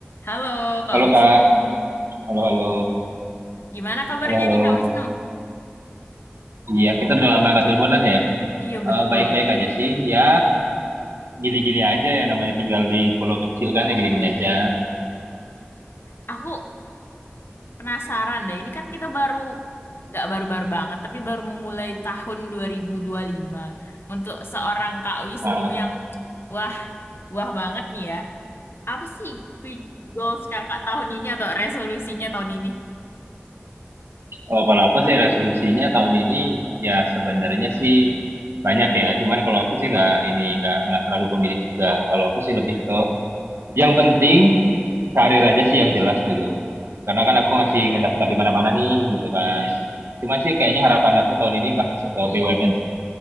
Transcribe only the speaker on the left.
Halo Kak
Wisnu,
gimana kabarnya
nih Kak Wisnu?
Iya
betul.
Aku penasaran deh, ini kan kita baru, nggak baru-baru banget, tapi baru memulai tahun dua dua ribu dua puluh lima. Untuk seorang Kak Wisnu
yang wah, wah banget nih ya. Apa sih fi- goals kakak tahun ini atau resolusinya tahun ini?